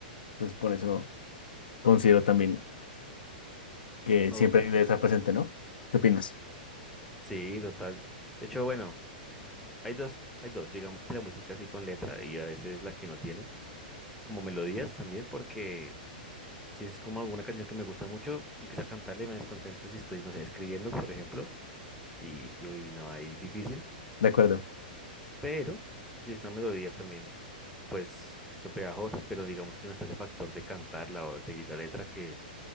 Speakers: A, on the left (about 85°); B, in the centre.
A: Entonces, por eso considero también que
B: o-
A: siempre debe estar presente, ¿no? ¿Qué opinas?
B: sí, total. De hecho, bueno, hay dos, hay dos, digamos que la música así con letra y a veces la que no tiene, como melodías también, porque si es como alguna canción que me gusta mucho, empiezo a cantarla y me desconcentro si estoy, no sé, escribiendo, por ejemplo, y, y uy, no, ahí difícil.
A: De acuerdo,
B: Pero si es una melodía también, pues son pegajosas, pero digamos que no está ese factor de cantarla o seguir la letra que